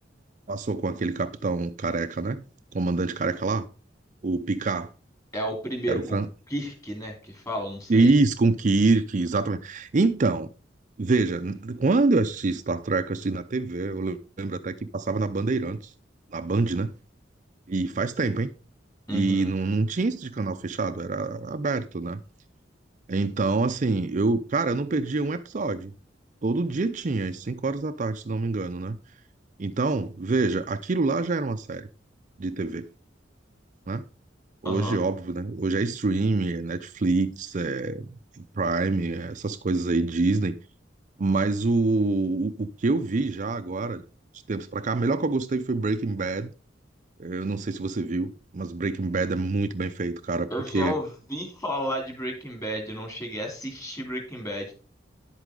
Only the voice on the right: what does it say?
passou com aquele capitão careca, né? Comandante careca lá? O Picard,
que era o
Fran...
Isso, com o Kirk, exatamente. Então, veja, n- quando eu assisti Star Trek, eu assisti na TV, eu lembro até que passava na Bandeirantes, na Band, né? E faz tempo, hein?
E não, não tinha isso de canal fechado, era aberto, né? Então, assim, eu, cara, eu não perdia um episódio. Todo dia tinha, às 5 horas da tarde, se não me engano, né? Então, veja, aquilo lá já era uma série de TV, né? Hoje,
óbvio, né? Hoje é streaming, é Netflix, é Prime, é essas coisas aí, Disney. Mas o, o, o que eu vi já agora, de tempos pra cá, a melhor que eu gostei foi Breaking Bad. Eu não sei se você viu, mas Breaking Bad é muito bem feito, cara. Porque.